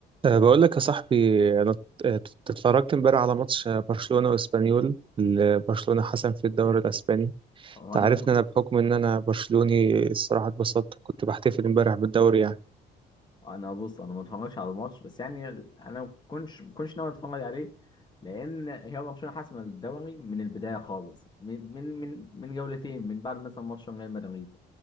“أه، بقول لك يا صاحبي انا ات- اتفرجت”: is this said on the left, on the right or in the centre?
Right